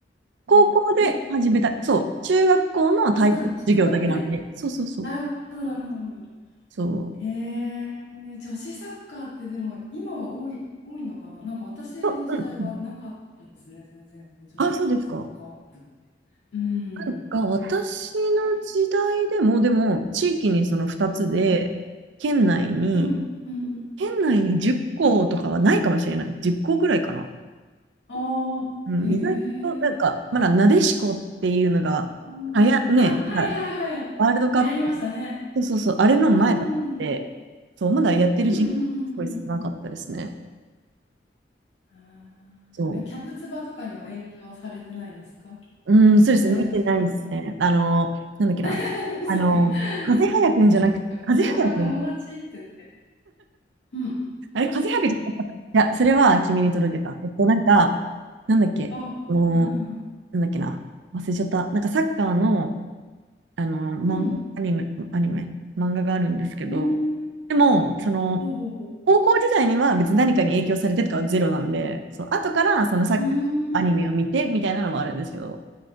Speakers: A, on the right; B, on the left.
A: 高校で始めた、
B: め、ん高校、中学。
A: そう、中学校の体育授業だけなので、
B: あ、そっかそっか、中学で、
A: そうそうそう。
B: なるほど、なるほど、なるほど。
A: そ
B: へえ、女子サッカーってでも今は多い、多いのかななんか私の時代はなかったですね、
A: う。あ、うんうん。
B: 全然女子サッカー部って。
A: あ、そうですか。
B: うん、
A: なんか私の時代でも、
B: かっこいい。
A: でも地域にその2つで、
B: うん
A: 県内に、
B: うんうん
A: 県内に10校とかはないかもしれない。
B: うん。
A: 10校ぐらいかな。
B: ああへえ、
A: うん、意外となんか、まだなでしこっていうのが、
B: 多い。
A: はや、ね、
B: あ、はいはいはい。
A: なんかワールドカップ、
B: 流行りましたね。
A: そうそうそう、あれの前だったんで、
B: うんうん
A: そう、まだやってる人口すごい少なかったですね。
B: うんうんうんああえ、
A: そ
B: キャプツバとかには影響されてないですか
A: う。うん、そうですね、
B: 時代が違うキャプ
A: 見てないですね。あの、なんだっけな。
B: <laughs>
A: あの、
B: そっか。
A: 風早くんじゃなくて、
B: そっか。
A: 風早くん
B: ボールは友達って言って。うん。
A: あれ、風邪はくじゃなかったいや、それは君に届けた。えっと、なんか、なんだっけ、
B: ああ。
A: あの
B: うんうん
A: なんだっけな、忘れちゃった。なんかサッカーの、あの漫画、
B: うん。
A: アニメ、アニメ、漫画があるんですけど、
B: うん。うーん。
A: でも、その、
B: ほうほうほう。
A: 高校時代には別に何かに影響されてとかはゼロなんで、そう、後からそのサッカー、
B: うーん。
A: アニメを見てみたいなのはあるんですけど、
B: う